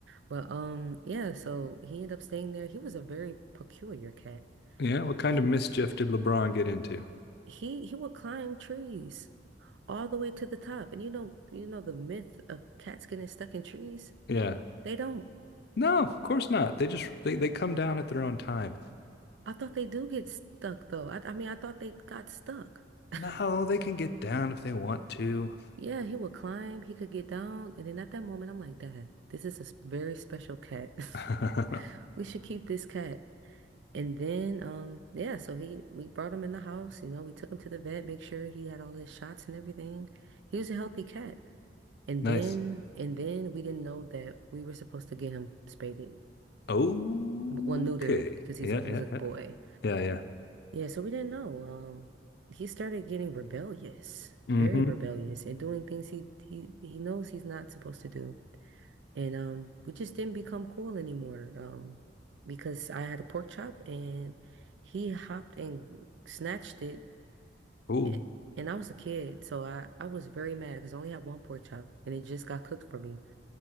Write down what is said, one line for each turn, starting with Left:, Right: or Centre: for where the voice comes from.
Right: But um, yeah, so he ended up staying there. He was a very peculiar cat.
Left: Yeah, what kind
Right: He,
Left: of mischief did LeBron get into?
Right: He he would climb trees all the way to the top. And you know, you know the myth of cats getting stuck in trees?
Left: Yeah.
Right: They don't.
Left: No, of course not. They just they, they come down at their own time.
Right: I thought they do get stuck though. I, I mean, I thought they got stuck. <laughs>
Left: No, they can get down if they want to.
Right: Yeah, he would climb, he could get down, and then at that moment I'm like, Dad, this is a s- very special cat.
Left: <laughs> hmm
Right: <laughs> We should keep this cat. And then um yeah, so he we brought him in the house, you know, we took him to the vet, make sure he had all his shots and everything. He was a healthy cat. And
Left: Nice.
Right: then and then we didn't know that we were supposed to get him spaded.
Left: Okay.
Right: Well, neutered because he's
Left: Yeah,
Right: a, he
Left: yeah,
Right: was a boy.
Left: yeah. Yeah, yeah.
Right: Yeah, so we didn't know. Um, he started getting rebellious,
Left: Mm-hmm.
Right: very rebellious, and doing things he he he knows he's not supposed to do. And um, we just didn't become cool anymore. Um, because I had a pork chop and he hopped and snatched it.
Left: Oh.
Right: a- And I was a kid, so I I was very mad because I only had one pork chop and it just got cooked for me.